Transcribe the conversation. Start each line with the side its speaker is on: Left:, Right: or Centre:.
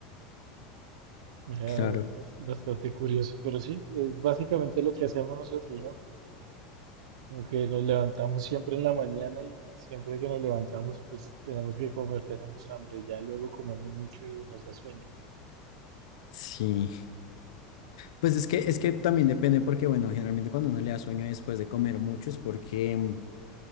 Right: Era
Left: claro.
Right: bas- bastante curioso, pero sí, es básicamente lo que hacemos nosotros, ¿no? Como que nos levantamos siempre en la mañana y siempre que nos levantamos, pues tenemos que comer, tenemos hambre. Ya luego comemos mucho y nos da sueño.
Left: Sí, pues es que es que también depende porque bueno, generalmente cuando uno le da sueño después de comer mucho es porque mm,